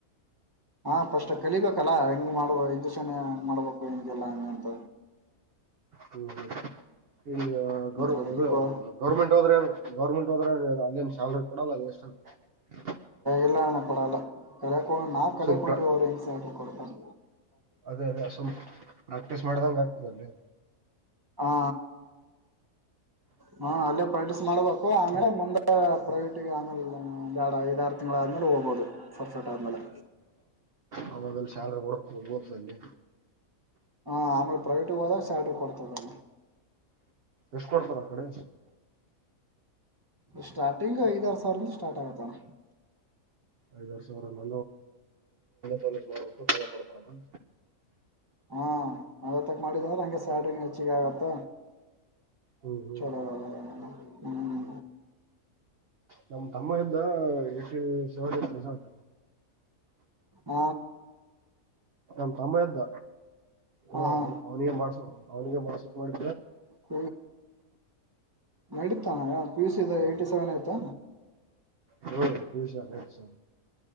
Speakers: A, on the right; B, on the right.
A: ಹಾ ಪಸ್ಟ್ ಕಲಿಬೇಕಲ್ಲಾ ಹೆಂಗ್ ಮಾಡದು ಇಂಜೆಕ್ಷನ್ ಹಂಗ್ ಮಾಡ್ಬೇಕು ಹಿಂಗೆಲ್ಲಾ ಹಂಗ ಅಂತ.
B: ಹ್ಮ್ ಹ್ಮ್. ಈಗ ಗೌರ್
A: ಅದಕ್ಕೆ ಗೋ
B: ಗೌರ್ಮೆಂಟ್ ಹೋದ್ರೆ ಗೌರ್ಮೆಂಟ್. ಅಲ್ಲಿನ್ ಸಾಲರಿ ಕಡ ಅಲ್ಲಷ್ಟಸ್ <unintelligible>
A: ಇಲ್ಲ ಅಣ್ಣ ಕೊಡಲ್ಲ ನಾವವು ಕಲೆಕೊಂಡಿವವ
B: ಸುಮ್ ಪ್ರ
A: ಅವ್ರು ಹೆಂಗ ಸಲ್ ಕೊಡ್ತಾರೆ
B: ಅದೇ ಅದೇ ಸು ಪ್ರಾಕ್ಟೀಸ್ ಮಾಡ್ದಂಗ ಆಗ್ತಲ್ಲಿ
A: ಹಾ ಹ ಅಲ್ಲೇ ಪ್ರಾಕ್ಟೀಸ್ ಮಾಡ್ಬೇಕು ಆಮೇಲೆ ಮುಂದೆ ಪ್ರೈವೇಟಿಗೆ ಆಮೇಲೆ ಐದಾರು ತಿಂಗಳ ಆದ್ಮೇಲೆ ಹೋಗ್ಬಹದು ಸರ್ಫೆಟ್ ಆದ್ಮೇಲೆ
B: ಆ ಮದಲ್ಲಿ ಸ್ಯಲ್ರಿ ಕೊಡಕ್ ಹಬತ ಅಲ್ಲಿ
A: ಹಾ ಆಮೇಲೆ ಪ್ರೈವೇಟ ಹೋದಾಗ ಸ್ಯಾಲ್ರಿ ಕೊಡ್ತದ
B: ಎಷ್ಟ ಕೊಡ್ತರ ಆ ಕಡೆ
A: ಸ್ಟಾರ್ಟಿಂಗು ಐದಾರ ಸಾವಿರಿಂದ ಸ್ಟಾರ್ಟ್ ಆಗತ್ತಣ.
B: ಐದ್ ವರ್ ಸಾವಿರ ಮ ಮಾಡ್ಬೇಕು ಕೊಡ್ತಾರ ಮ.
A: ಹಾ ಒತ್ತಕ್ ಮಾಡಿದವ ನಂಗೆ ಸ್ಯಾಲ್ರಿ ಹೆಚ್ಚಿಗೆ ಆಗತ್ತ
B: ಹ್ಮ್ ಹ್ಮ್
A: ಚಲೋ ಹ್ಮ.
B: ನಮ್ ತಮ್ಮ ಎದ್ದ ಎ. <unintelligible> ಸೋದ ಸೋದ.
A: ಹ.
B: ನ್ ತಮ್ಮದ್ದ ಅವನ್
A: ಹಾ ಹಾ
B: ಅವ್ನಿಗೆ ಮಾಡ್ಸು. ಅವನಿಗೆ ಮಸ ಮಾಡಿ
A: ಪ ನಡೀತಾನ ಪಿ ಯುಸ ಏ್ಟಿ ಸೆವೆನ್ ಆಯ್ತಾ
B: ಹೌ ವುಶ ಸ.